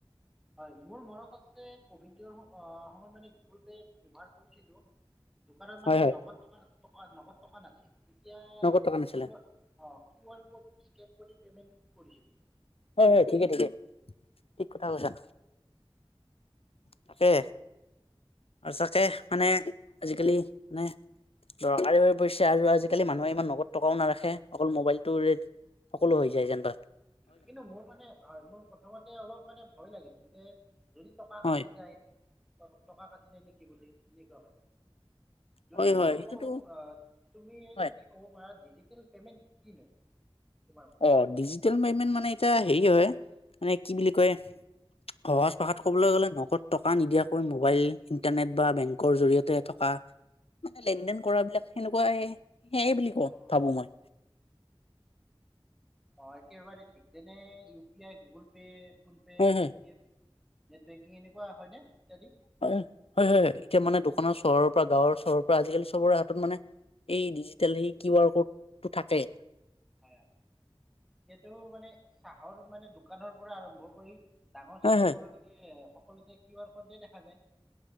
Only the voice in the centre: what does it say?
হয় মোৰ মনত আছে কভিডৰ সময়ত মানে গুগল পে ব্যৱহাৰ কৰিছিলো। দোকানত
মানে
নগদ টকা টকা নগদ টকা নাছিল তেতিয়া কি
অ কিউ আৰ ক'ড স্কেন কৰি পেমেণ্ট কৰিছিলো।
উম।
কিন্তু মোৰ মানে হয় মোৰ প্ৰথমতে অলপ মানে ভয় লাগিছিল যে যদি টকা
কাটি যায় টকা কাটি যায় নেকি বুলিম এনেকুৱা মানে। যদি
মই
কওঁ আহ তুমি
যদি ক'ব পাৰা ডিজিটেল পে'মেণ্ট কিনো? তোমাৰ মতে
অঁ
অঁ
অ একেবাৰে ঠিক যে মানে U P I Google Pay PhonePe'
পেটিএম নেট বেংকিং এনেকুৱা হয় নে? ইত্যাদি
হয় হয় এইটো মানে চাহৰ মানে দোকানৰ পৰা আৰম্ভ কৰি ডাঙৰ
শ্বপিং
মললৈকে সকলোতে কিউ আৰ ক'ড তে দেখা যায়।